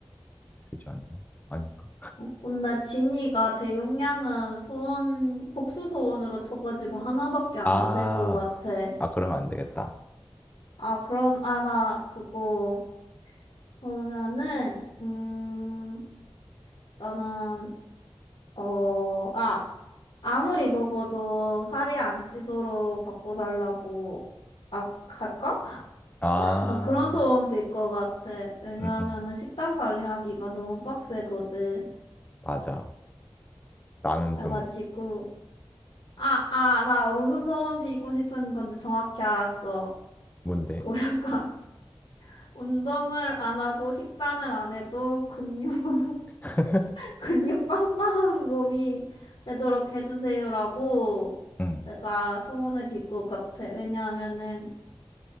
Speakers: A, on the left; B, on the left.
A: 되지 않나? 아닌가?
B: 어, 근데 진이가 대용량은 소원, 복수 소원으로 쳐가지고 하나밖에 안
A: 아,
B: 될 것 같아.
A: 아, 그러면 안 되겠다.
B: 아, 그럼, 아, 나 그거, 그러면은, 음, 나는, 어, 아, 아무리 먹어도 살이 안 찌도록 바꿔달라고, 아, 할까?
A: 아,
B: <laughs> 아, 그런 소원 빌 것 같아. 왜냐하면은
A: 음, 음,
B: 식단 관리하기가 너무 빡세거든.
A: 맞아. 나는
B: 그래가지고,
A: 좀,
B: 아, 아, 나 무슨 소원 빌고 싶은 건지 정확히 알았어.
A: 뭔데?
B: 그거 약간, <laughs> 운동을 안 하고 식단을 안 해도 근육만
A: <laughs>
B: 근육 빵빵 몸이 되도록 해주세요라고
A: 응,
B: 내가 소원을 빌 것 같아. 왜냐하면은